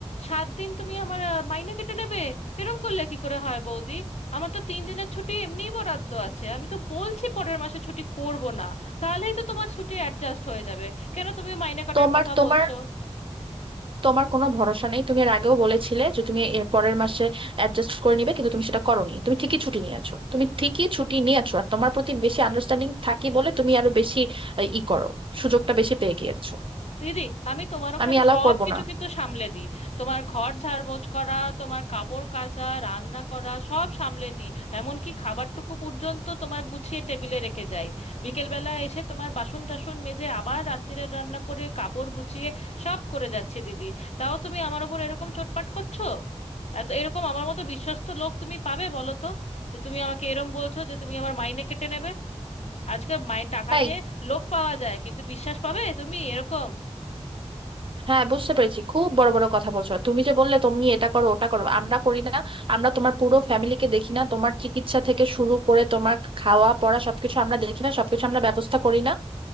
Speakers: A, on the left; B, on the right.
A: সাত দিন তুমি আমার আহ, মাইনে কেটে নেবে এরম করলে কি করে হয় বৌদি আমার তো তিন দিনের ছুটি এমনিই বরাদ্দ আছে আমি তো বলছি পরের মাসে ছুটি করব না তাহলেই তো তোমার ছুটি অ্যাডজাস্ট হয়ে যাবে কেন তুমি মাইনে কাটার
B: তোমার
A: কথা
B: তোমার
A: বলছো
B: তোমার কোনো ভরসা নেই তুমি এর আগেও বলেছিলে যে তুমি এর পরের মাসে অ্যাডজাস্ট করে নিবে কিন্তু তুমি সেটা করোনি তুমি ঠিকই ছুটি নিয়েছো তুমি ঠিকই ছুটি নিয়েছো আর তোমার প্রতি বেশি আন্ডারস্ট্যান্ডিং থাকি বলে তুমি আরো বেশি আহ, ই করো সুযোগটা বেশি পেয়ে গিয়েছো
A: দিদি আমি তোমার ওখানে
B: আমি অ্যালাউ
A: সব
B: করবো
A: কিছু
B: না
A: কিন্তু সামলে দিই তোমার ঘর ঝাড়পোছ করা তোমার কাপড় কাচা রান্না করা সব সামলে দিই এমনকি খাবারটুকু পর্যন্ত তোমার গুছিয়ে টেবিলে রেখে যাই বিকেলবেলা এসে তোমার বাসন টাসন মেজে আবার রাত্তিরের রান্না করে কাপড় গুছিয়ে সব করে যাচ্ছি দিদি তাও তুমি আমার ওপর এরকম চোটপাট করছো এত এরকম আমার মতো বিশ্বস্ত লোক তুমি পাবে বলো তো যে তুমি আমাকে এরম বলছো যে তুমি আমার মাইনে কেটে নেবে আজকাল মাইনে টাকা
B: তাই
A: দিয়ে লোক পাওয়া যায় কিন্তু বিশ্বাস পাবে তুমি এরকম
B: হ্যাঁ বুঝতে পেরেছি খুব বড় বড় কথা বলছো আর তুমি যে বললে তুমি এটা করো ওটা করো আমরা করি না আমরা তোমার পুরো ফ্যামিলিকে দেখি না তোমার চিকিৎসা থেকে শুরু করে তোমার খাওয়া পড়া সবকিছু আমরা দেখি না সবকিছু আমরা ব্যবস্থা করি না